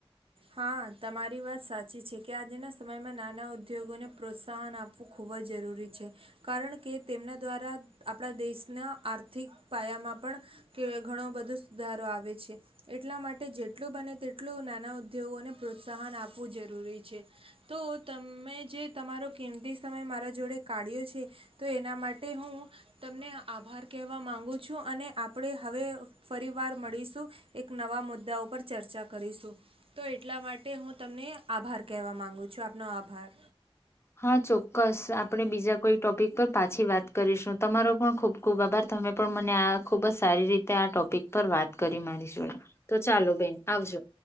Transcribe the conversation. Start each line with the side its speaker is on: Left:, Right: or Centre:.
Right: હા, તમારી વાત સાચી છે. કે આજેના સમયમાં નાના ઉદ્યોગોને પ્રોત્સાહન આપવું ખૂબ જ જરૂરી છે. કારણ કે તેમના દ્વારા આપણા દેશના આર્થિક પાયામાં પણ કે ઘણો બધો સુધારો આવે છે. એટલા માટે જેટલું બને તેટલું નાના પ્રોત્સાહન આપવું જરૂરી છે, તો તમે જે તમારો કિંમતી સમય મારા જોડે કાઢ્યો છે, તો એના માટે હું તમને આભાર કહેવા માંગુ છું. અને આપણે હવે ફરી વાર મળીશું એક નવા મુદ્દા ઉપર ચર્ચા કરીશું. તો એટલા માટે હું તમને આભાર કહેવા માંગુ છું. આપનો આભાર.
Left: હા, ચોક્કસ આપણે બીજા કોઈ ટોપિક પર પાછી વાત કરીશું. તમારો પણ ખુબ ખુબ આભાર તમે પણ મને આ ખુબ જ સારી રીતે આ ટોપિક પર વાત કરી મારી જોડે ચાલો બેન આવજો.